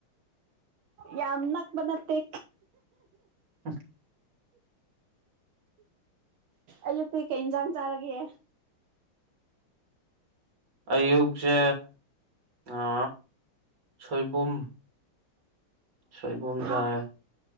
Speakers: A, on the right; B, on the right.
A: ꯌꯥꯝ ꯅꯛꯄ ꯅꯠꯇꯦ
B: <inaudible>
A: ꯑꯌꯨꯛꯇꯤ ꯀꯩ ꯌꯦꯟꯖꯥꯡ ꯆꯥꯔꯒꯦ
B: ꯑꯌꯨꯛꯁꯦ ꯑ ꯁꯣꯏꯕꯨꯝ ꯁꯣꯏꯕꯨꯝ ꯆꯥꯏ
A: ꯑꯣ